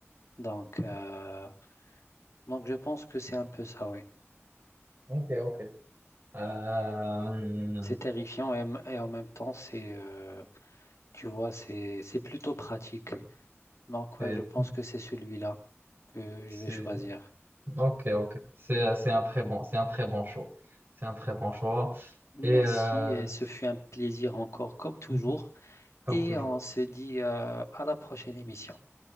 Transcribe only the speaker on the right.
Ok, ok. Euh,
c'est,
c'est,
ok, ok. C'est, c'est un très bon, c'est un très bon choix. C'est un très bon choix.
Et euh,
<laughs> Comme
toujours.